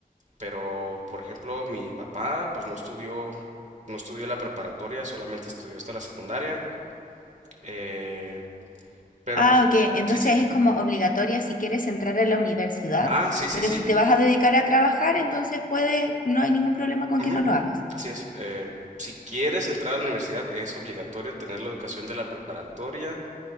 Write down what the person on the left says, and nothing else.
Ah,
ok. Entonces
es como obligatoria si quieres entrar a la universidad,
pero
si te vas a dedicar a trabajar, entonces puedes, no hay ningún problema con
que no lo hagas.